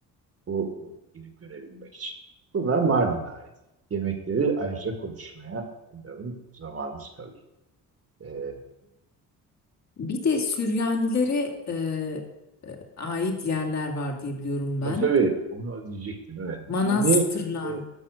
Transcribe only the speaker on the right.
Bu, bu gidip görebilmek için. Bunlar Mardin'e ait. Yemekleri ayrıca konuşmaya umarım zamanımız kalır. Ee,
tabii
tabii onu diyecektim evet.
Dini e,